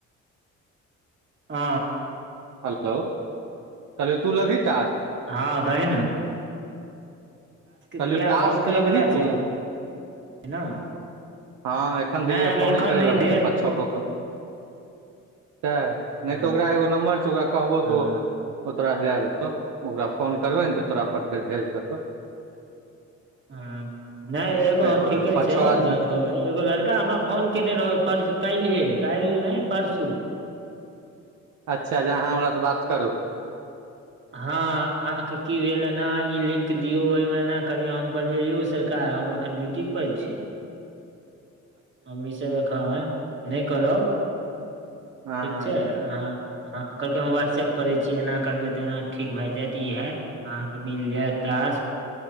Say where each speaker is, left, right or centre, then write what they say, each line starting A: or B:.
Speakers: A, on the right; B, on the right.
A: आ
B: हेलो कहलियौ तू लभी कास।
A: हँ कहहि ना
B: कहलियौ
A: दिया
B: टास्क
A: फोन करे
B: लेबही
A: वला छै
B: तू
A: ने
B: हँ एखन
A: नहि आब
B: फोने
A: एखन
B: करैवला
A: नहि दे
B: छै। पाँच छओ गो के त नहि
A: हँ
B: तऽ ओकरा एगो नम्बर छै। ओकरा कहबो
A: हँ
B: त ओ तोरा दए देतौ ओकरा फोन करबै ने त तोरा पर फेर भेज देतौ।
A: ह नहि एगो
B: ताहि दुआरे
A: ठीके
B: पाँच
A: छै।
B: छओ आदमी
A: कहबै एगो लड़का हमरा फोन केने रहौ। परस काल्हिहे काल्हि नहि परसू
B: अच्छा अहाँ हमरासँ बात करू।
A: हँ अहाँकेँ की भेल एना ई लिंक दियौ ओहिमे एना करियौ हम कहलियै यौ सरकार हम एखन ड्यूटी की कर छी।
B: <inaudible>
A: हम ई सभ ए नहि करब
B: हँ
A: ठीक छै। ह हँ कहलकै हम व्हाट्सऐप करै छी। एना करबै जेना ठीक भए जायत ई हयत अहाँके मिल जायत टास्क